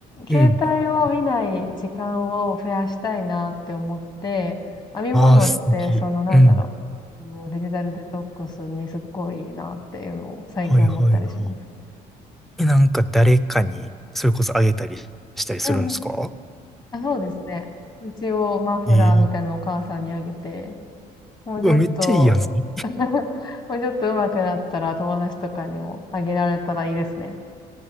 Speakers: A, on the left; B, in the centre.
A: 携帯を見ない時間を増やしたいなって思って、
B: え、うん。
A: 編み物ってそのなんだろ
B: ああ、素敵。うん。
A: う、あのデジタルデトックスにすっごいいいなっていうのを最近思ったりします。
B: はいはいはいえ、なんか誰かに、それこそあげたりしたりするんですか
A: うんうんあ、そうですね。一応マフラーみたいなのをお母さんにあげて、
B: えー、
A: もうちょっと
B: うわ、めっちゃいいやん。それ
A: <laughs> もうちょっと上手くなったら友達とかにもあげられたらいいですね。